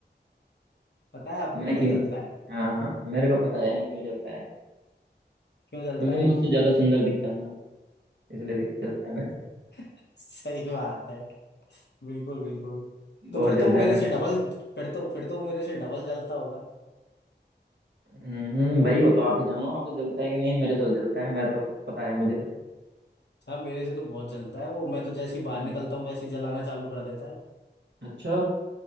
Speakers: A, on the left (about 70°); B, on the right (about 75°).
A: पता है आपको
B: मैं
A: क्यों
B: क्यों
A: जलता है
B: हाँ हाँ मेरे को पता है ना क्यों जलता है
A: क्यों जलता
B: क्योंकि मैं
A: है
B: उससे ज्यादा सुंदर दिखता हूँ ना इसलिए दिख- जलता है मेरे से
A: <laughs> सही बात है बिल्कुल बिल्कुल
B: बहुत
A: तो फिर
B: जलता
A: तो वो मेरे
B: है मेरे
A: से
B: को
A: डबल फिर तो फिर तो वो मेरे से डबल जलता होगा
B: हम्म भाई वो तो आप ही जानो आपसे जलता है कि नहीं मेरे से तो जलता है मैं तो पता है मुझे तो
A: साहब मेरे से तो बहुत जलता है वो मैं तो जैसे ही बाहर
B: हम्म
A: निकलता हूँ वैसे ही जलाना चालू कर देता है
B: अच्छा